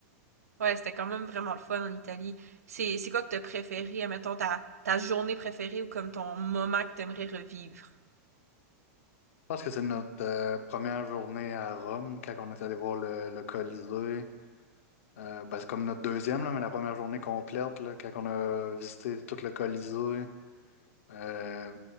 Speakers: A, on the right (about 80°); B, on the left (about 65°).
A: Ouais, c'était quand même vraiment le fun en Italie. C'est, c'est quoi que t'as préféré, admettons, ta, ta journée préférée ou comme ton moment que t'aimerais revivre?
B: pense que c'est notre euh, première journée à Rome, quand on est allé voir le, le Colisée. Euh, ben, c'est comme notre deuxième, là, mais la première journée complète, là, quand on a visité tout le Colisée. euh,